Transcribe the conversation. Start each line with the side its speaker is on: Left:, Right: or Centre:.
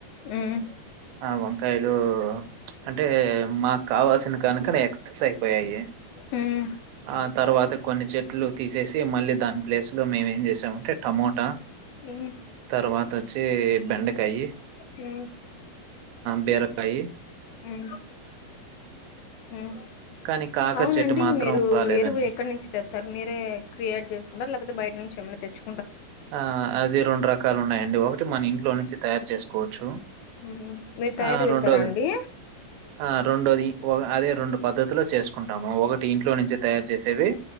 Left: మ్మ్
Right: ఆ వంకాయలు అంటే మాకు కావలసిన గనుక ఎక్సర్స్ అయిపోయాయి
Left: మ్మ్
Right: ఆ తర్వాత కొన్ని చెట్లు తీసేసి మళ్ళీ దాని ప్లేస్ లో మేము ఏమి చేశాము అంటే టమోటా
Left: మ్మ్
Right: తర్వాత వచి బెండకాయి
Left: మ్మ్
Right: బీరకా అయి
Left: హ్మ్మ్ హ్మ్మ్
Right: కానీ కాకర
Left: అవునండి
Right: చెట్టు మాత్రం
Left: మీరు
Right: రాలేదండి.
Left: ఎరువు ఎక్కడి నుంచి తెస్తారు మీరే క్రియేట్ చేసుకుంటారు లేకపోతే బయట నుంచి ఏమన్న తెచ్చు
Right: ఆ అది రెండు రకాలు ఉన్నాయండి ఒకటి మన ఇంట్లో నుంచి తయారు చేసుకోవచ్చు
Left: హ్మ్మ్ మీరు తయారు
Right: ఆ
Left: చేసారా
Right: రెండోది
Left: అండి
Right: ఆ రెండోది ఆర్ అదే రెండు పద్దధతిలో చేసుకుంటాము ఒకటి ఇంట్లో నుంచి తే చేసేవి